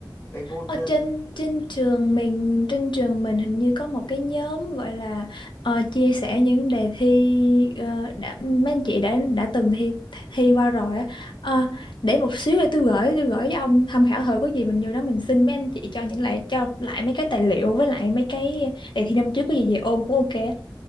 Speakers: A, on the left; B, on the left.
A: mấy môn
B: Ở
A: ờ,
B: trên trên trường mình trên trường mình hình như có một cái nhóm gọi là ờ, chia sẻ những đề thi ờ, đã mấy anh chị đã đã từng thi thi qua rồi á Ờ, để một xíu để tôi gửi tôi gửi với ông tham khảo thử có gì mình vô đó mình xin mấy anh chị cho những lại cho lại mấy cái tài liệu với lại mấy cái đề thi năm trước có gì về ôn cũng ok